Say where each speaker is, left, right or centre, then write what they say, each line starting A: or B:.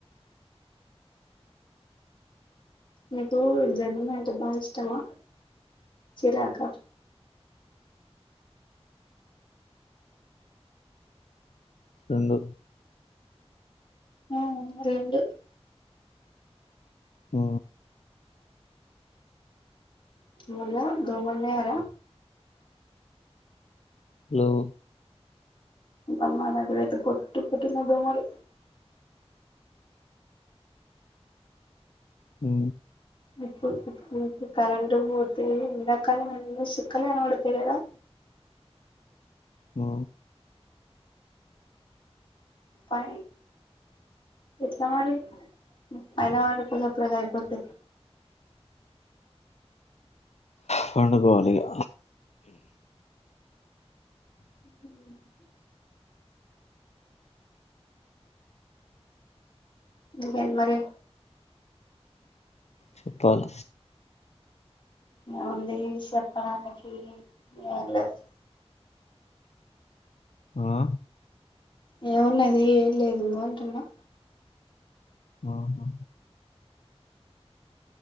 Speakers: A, on the left; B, on the left.
A: నకు జగిన అంట బా ఇష్టమా చరాక
B: రెండు
A: ఆ రెండు
B: ఆ
A: మల్ళ దో మల్లే ఎార
B: హలో
A: అమ్మా నా కూడాతే పొట్టు పట్ మ బ మలు
B: హ
A: ఇప్పు కరంట పోతే ఎంతకాల అ చక్కలనడు తెలేదా
B: ఆ
A: ప ఎట్లా మరి పలా మప్పు అయిపోతు
B: పడు పోవాలగా
A: ఉ ఇకే మరి
B: చెప్పాల
A: ఓంది చెప్పడానికి ఏలేదు
B: ఆ
A: ఏమున్నది ఏం లేదు అంటున్నా
B: ఆహా